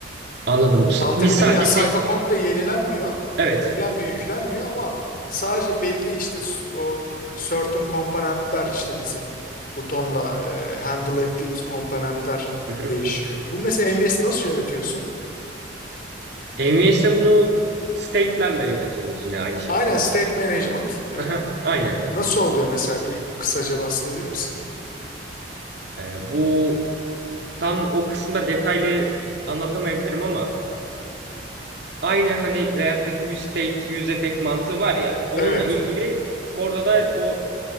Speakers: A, on the right (about 60°); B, on the left (about 50°).
A: Anladım. S-
B: Anlatabildim
A: Biz sadece
B: mi? Yani sayfa
A: tek
B: komple yenilenmiyor,
A: evet.
B: yenilenmiyor, yüklenmiyor ama sadece belli işte s- o certain komponentler işte bizim butonla e, handle ettiğimiz komponentler
A: Hı hı.
B: değişiyor. Bu mesela NVS'i nasıl yönetiyorsun?
A: NVS'te bunu state'lerle yönetiyoruz yine aynı şekilde.
B: Aynen state management. e,
A: Aha, Aynen.
B: Nasıl oluyor mesela bir kısaca bahsedebilir misin?
A: Ee, bu tam o kısımda detaylı anlatamayabilirim ama aynı hani React'taki use state use effect mantığı var ya onunla
B: Evet.
A: ilgili orada da o